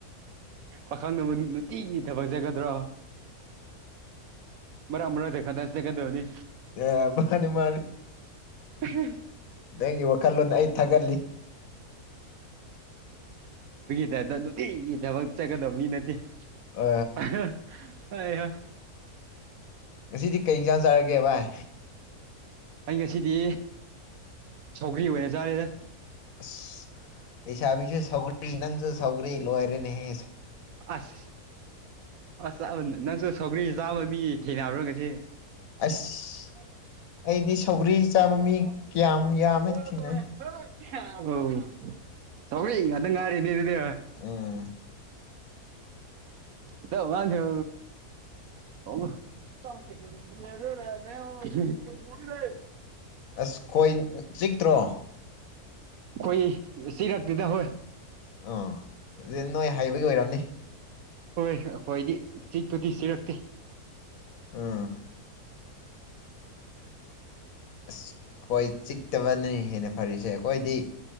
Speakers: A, on the right; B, on the left.
A: ꯄꯥꯈꯪꯗꯝ ꯏꯤꯒꯤ ꯊꯕꯛ ꯆꯠꯒꯗ꯭ꯔꯣ ꯃꯔꯛ ꯃꯔꯛꯇ ꯈꯗꯥ ꯆꯠꯒꯗꯕꯅꯤ
B: ꯑꯦ ꯃꯥꯅꯤ ꯃꯥꯅꯤ
A: ꯑ
B: ꯅꯪꯒꯤ ꯋꯥꯈꯜꯂꯣꯟ ꯑꯩ ꯊꯥꯒꯠꯂꯤ
A: ꯅꯨꯡꯇꯒꯤ ꯊꯕꯛ ꯆꯠꯀꯗꯕ ꯃꯤ ꯅꯠꯇꯦ
B: ꯑ
A: ꯑꯍ
B: ꯉꯁꯤꯗꯤ ꯀꯩ ꯏꯟꯁꯥꯡ ꯆꯥꯔꯒꯦ ꯚꯏ
A: ꯑꯩ ꯉꯁꯤꯗꯤ ꯁꯧꯒ꯭ꯔꯤ ꯑꯣꯏꯅ ꯆꯥꯔꯦꯗ
B: ꯑꯁꯕꯤꯁ ꯁꯒ ꯏꯁꯨ ꯁꯒꯔ ꯏ ꯂꯣ ꯍꯥꯏꯔꯦꯅꯦ ꯍꯦ
A: ꯑꯁ ꯑꯁꯥ ꯅꯪꯁꯨ ꯁꯧꯒ꯭ꯔꯤꯁꯤ ꯆꯥꯕ ꯃꯤ ꯊꯦꯡꯅꯔꯨꯔꯒꯁꯤ
B: ꯑꯁ
A: <unintelligible>
B: ꯑꯩꯗꯤ ꯁꯧꯒ꯭ꯔꯤ ꯆꯥꯕ ꯃꯤ ꯀꯌꯥꯝ ꯌꯥꯝꯃꯦ ꯊꯦꯡꯅꯩ
A: ꯁꯔꯤ ꯑꯗ ꯉꯔ ꯏꯗꯤ
B: ꯎꯝ
A: ꯏꯗ ꯋꯥ ꯊ <unintelligible>
B: ꯑꯁ ꯈꯣꯏ ꯆꯤꯛꯇ꯭ꯔꯣ
A: ꯑꯩꯣꯏ ꯁꯤꯤꯔꯛ ꯂꯤꯤꯗꯥ ꯍꯣꯏ
B: ꯑꯥ ꯑꯗꯨ ꯅꯣꯏ ꯍꯥꯏꯕꯒꯤ ꯑꯣꯏꯔꯝꯅꯤ
A: ꯍꯣꯏ ꯑꯩꯈꯣꯏꯗꯤ ꯆꯤꯛꯄꯨꯗꯤ ꯁꯤꯔꯛꯇꯦ
B: ꯑꯥ ꯑꯁ ꯍꯣꯏ ꯆꯤꯛꯇꯕꯅ ꯍꯦꯟꯅ ꯐꯔꯤꯁꯦ ꯑꯩꯈꯣꯏꯗꯤ